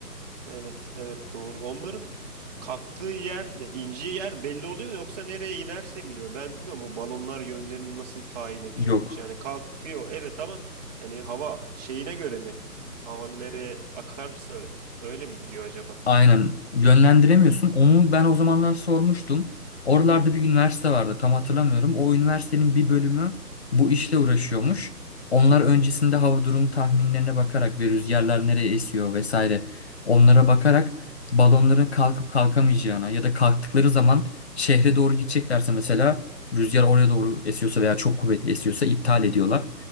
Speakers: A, on the right; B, on the left.
A: Evet, evet doğru. Onların kalktığı yerle indiği yer belli oluyor mu? yoksa nereye inerse mi iniyor? Ben bilmiyorum o balonlar yönlerini nasıl tayin ediyor
B: Yok.
A: hiç. Yani kalkıyor evet ama hani hava şeyine göre mi? Havanın nereye akarsa öyle mi gidiyor acaba?
B: Aynen yönlendiremiyorsun. Onu ben o zamanlar sormuştum. Oralarda bir üniversite vardı tam hatırlamıyorum. O üniversitenin bir bölümü bu işle uğraşıyormuş. Onlar öncesinde hava durum tahminlerine bakarak ve rüzgarlar nereye esiyor vesaire onlara bakarak balonların kalkıp kalkamayacağına ya da kalktıkları zaman şehre doğru gideceklerse mesela rüzgar oraya doğru esiyorsa veya çok kuvvetli esiyorsa iptal ediyorlar.